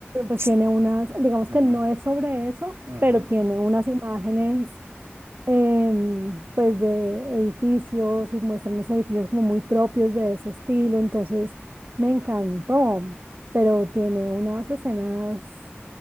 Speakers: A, on the right; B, on the right.
A: pues
B: <tsk>
A: tiene unas, digamos que
B: ujú.
A: no es sobre eso,
B: Ujú.
A: pero tiene unas imágenes, em, pues, de edificios y muestra unos edificios como muy propios de ese estilo, entonces, me encantó, pero tiene unas escenas,